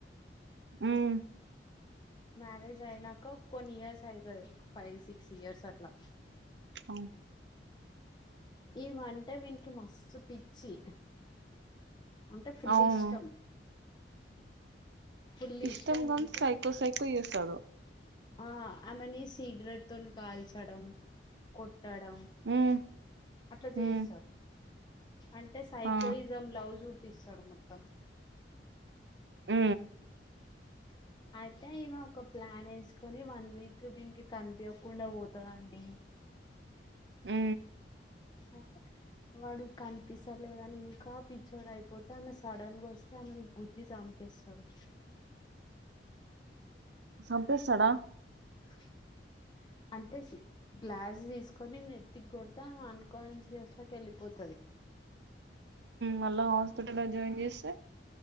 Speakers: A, on the right; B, on the left.
A: ఉమ్
B: మ్యారేజ్ అయినాక కొన్ని ఇయర్స్ అయితే ఫైవ్ సిక్స్ ఇయర్స్ అట్లా
A: అ
B: ఏమంటే వీనికి మస్తు పిచ్చి అంటే ఫుల్
A: అవును
B: ఇష్టం ఫుల్
A: ఇష్టం గం
B: ఉంటే
A: సైకో సైకో వేస్తాడు
B: ఆ ఆమెని సిగరెట్ తోని కాల్చడం కొట్టడం
A: ఉమ్
B: అట్లా చేయిస్తాడు
A: ఉమ్
B: అంటే సైకోయిజం
A: ఆ
B: లవ్జ్ చూపిస్తాడు మొత్తం
A: ఆ
B: స అయితే ఈమె ఒక ప్లాన్ వేసుకొని వన్ వీక్ దీనికి కనిపించకుండా పోతుందండి
A: ఆ
B: అయితే వాడు కనిపిస్తలేదని ఇంకా చోడు అయిపోతే ఆమె సడన్ గా వస్తే ఆమెను గుది చంపిస్తాడు.
A: చంపేస్తాడా
B: ఆ అంటే గ్లాస్ తీసుకొని నెత్తికి కొడతే ఆమె అన్కాన్షియస్ లాకి వెళ్ళిపోతుంది. అ
A: మళ్ళా హాస్పిటల్లో జాయిన్ చేస్తే